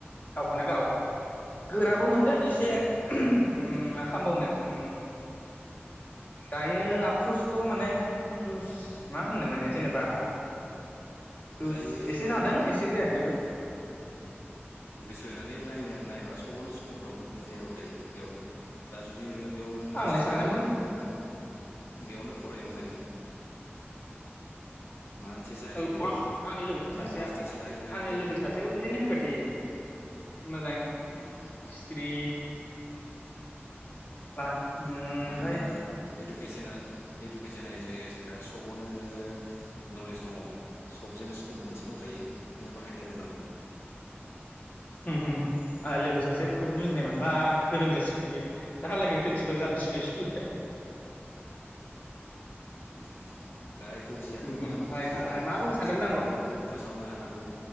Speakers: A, on the left; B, on the left.
A: गावखौनो गाव गोराबो
B: औ
A: मोनदों एसे।
B: जे
A: मा खालामबावनो उम दायो आबसुसथ' माने आबसुस मा होननो माने जेनेबा जुस
B: जायो जेबो
A: एसे जादों
B: नङा
A: एसे जा बेबो
B: गोसो होनानै नायनो नायबा सबावनो स्कप दं नोङो जेराव थायो बेयावनो दा जुदि नोङो बेयाव नों
A: आंलाय
B: हिस्ट्रियावनो
A: सानोमोन
B: मोनदों होनोबा बेयावनो फराय मोजाङै माबा मोनसे जाहैगोन
A: औ आंना लोगो
B: नों
A: सासेया
B: मास्टार्स लाहैनो हागोन
A: आंना लोगो सासेयाबो बिदिनो होनबाय थायो मोजां हिसथ्रि
B: उम
A: ओमफ्राय
B: मानो होनबा एडुकेसना इडुकेसना इडुकेसनखा सबावनो नोङो नलेज दङ, सबजोंनो स्कप मोनसे दंखायो नों बाहायनो रोंनांगौ।
A: होम होम। आ लोगो सासे
B: उम
A: बेखौ बुजिनाय मोनबा गोरों जासिगौ बे दाहालागै प्रिन्सिपाल जालायसिगौ। स्कुलनि।
B: <unintelligible> दा इखौ बुजिया
A: ओमफ्रायहाय
B: गोबाङानो बुजिया।
A: मा बुंनो सानदोंमोन
B: जों दा बेखौ फोसावनो हानांगौ